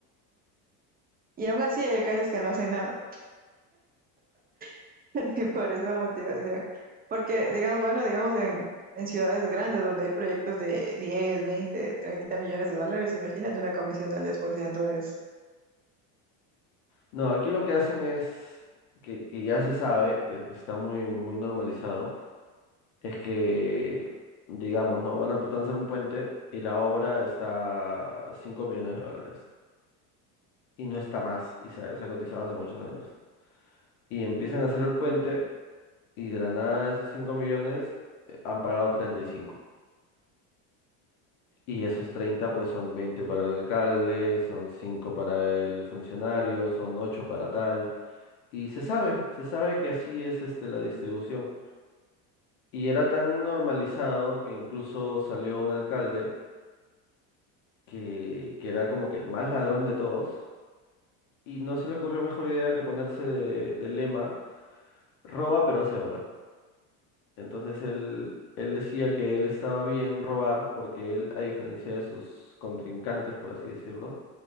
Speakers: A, on the right; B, on the left.
A: Y aún así hay alcaldes que no hacen nada, <laughs> ni por esa motivación. Porque, digamos, bueno, digamos en, en ciudades grandes donde hay proyectos de 10, 20, 30 millones de dólares, imagínate una comisión del 10% de eso.
B: No, aquí lo que hacen es, que, que ya se sabe, que, que está muy, muy normalizado, es que, digamos, ¿no? Van a, van a hacer un puente y la obra está 5 millones de dólares. Y no está más, y se, ha se ha cotizado hace muchos años. Y empiezan a hacer el puente y de la nada de esos 5 millones eh, han pagado 35. Y esos 30 pues son 20 para el alcalde, son 5 para el funcionario, son 8 para tal. Y se sabe, se sabe que así es este, la distribución. Y era tan normalizado que incluso salió un alcalde que, que era como que el más ladrón de todos. Y no se le ocurrió mejor idea que ponerse de, de lema, roba pero hace obra. Entonces él, él decía que él estaba bien robar porque él, a diferencia de sus contrincantes, por así decirlo,